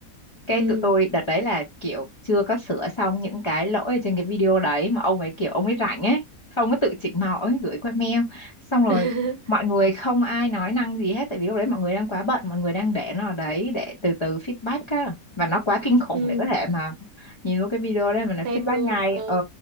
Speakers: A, on the left (about 30°); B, on the right (about 70°).
A: cái
B: Ừ.
A: tụi tôi đợt đấy là kiểu chưa có sửa xong những cái lỗi ở trên cái video đấy mà ông ấy kiểu ông ấy rảnh ấy ông ấy tự chỉnh màu ông ấy gửi qua mail xong rồi
B: <laughs>
A: mọi người không ai nói năng gì hết tại vì lúc đấy mọi người đang quá bận mọi người đang để nó ở đấy để từ từ feedback á và nó quá kinh khủng
B: Ừ,
A: để có thể mà nhìn vô cái video đấy mà nó feedback
B: xem luôn.
A: ngay
B: Ờ.
A: ờ